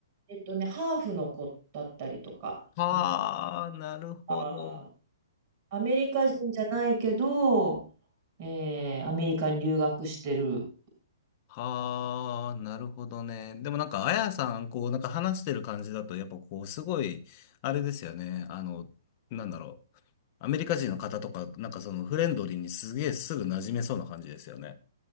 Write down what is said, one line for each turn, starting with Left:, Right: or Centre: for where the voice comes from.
Right: えっとね、ハーフの子だったりとか、
Left: ああー、
Right: うん、
Left: なるほど。
Right: あー、アメリカ人じゃないけど、えーアメリカに留学してる。
Left: はあ、なるほどね。でもなんか、あやさん、こう、なんか話してる感じだと、やっぱこう、すごい、あれですよね。あの、なんだろう。アメリカ人の方とか、なんかそのフレンドリーにすげえすぐ馴染めそうな感じですよね。